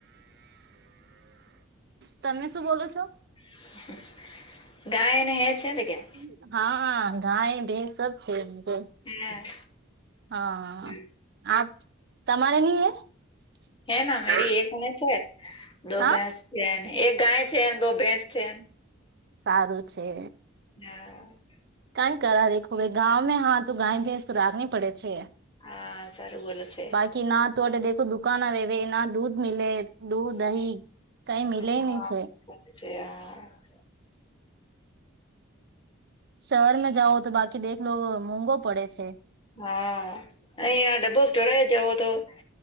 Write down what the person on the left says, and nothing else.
<unintelligible>
ક્યાં
હે <unintelligible>
<unintelligible>
<unintelligible>
<unintelligible>
<unintelligible>